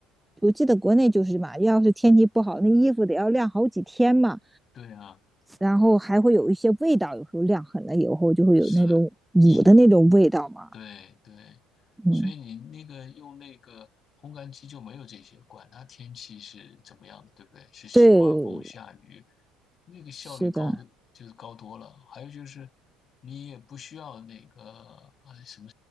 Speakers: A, in the centre; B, on the left.
A: 我记得国内就是嘛，要是天气不好，那衣服得要晾好几天嘛，
B: 对啊，
A: 然后还会有一些味道，有时候晾狠了以后就会有那种捂的那种味道嘛。
B: 是的。你对对，
A: 嗯，
B: 所以你那个用那个烘干机就没有这些，管它天气是怎么样的，对不对？是刮风下雨，
A: 对，
B: 那个效率高的就是高多了。
A: 是的，
B: 还有就是你也不需要那个呃什么